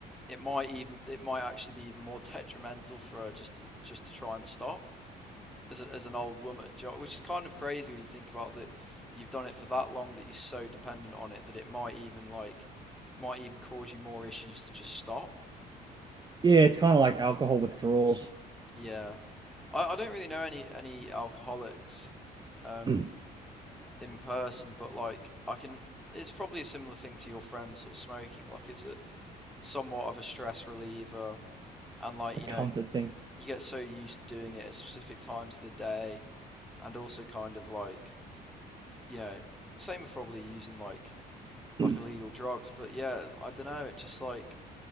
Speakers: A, in the centre; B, on the right.
A: it might even it might actually be even more <laughs> detrimental for her just to just to try and stop as, a, as an old woman, do you know- which is kind of crazy when you think about that you've done it for that long that you're so dependent on it that it might even like might even cause you more issues to just stop.
B: Yeah, it's kind of like alcohol withdrawals.
A: Yeah. I, I don't really know any any alcoholics um
B: <clears throat>
A: in person, but like I can it's probably a similar thing to your friend sort of smoking. Like it's a somewhat of a stress reliever and like,
B: It's
A: you
B: a comfort
A: know,
B: thing.
A: you get so used to doing it at specific times of the day and also kind of like, you know, same with probably using like
B: <clears throat>
A: like illegal drugs. But yeah, I don't know. It just like